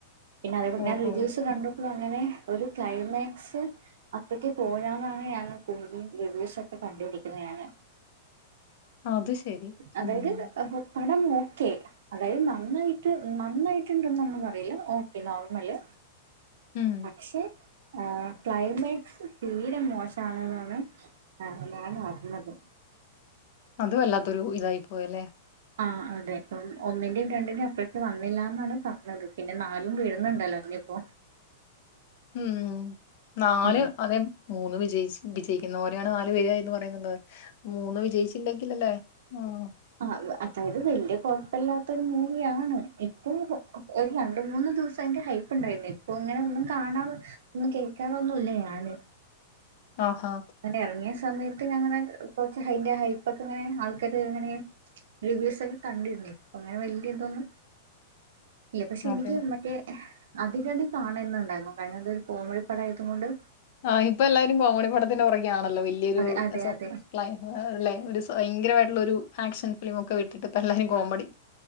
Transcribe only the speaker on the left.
ഓഹോ
അത് ശരി.
ഉം.
ഉം.
അത് വല്ലാത്തൊരു ഇതായി പോയല്ലെ
ഉം നാല്
അതെ മൂന്ന് വിജയിച്ച് വിജയിക്കുന്ന പോലെയാണ് നാല് പേരായിന്ന് പറയുന്നുള്ളത് മൂന്ന് വിജയിച്ചില്ലെങ്കിലല്ലേ ഉം
ആഹാ
അതെ.
ആഹ് ഇപ്പൊ എല്ലാവരും കോമഡി പടത്തിന് പുറകെ ആണല്ലോ വല്ല്യൊരു
<unintelligible>
ക്‌ളൈ അല്ലെ ഒരു ഭയങ്കരമായിട്ടുള്ള ഒരു ആക്ഷൻ ഫിലിമോക്കെ വിട്ടിട്ട് ഇപ്പ എല്ലാരും കോമഡി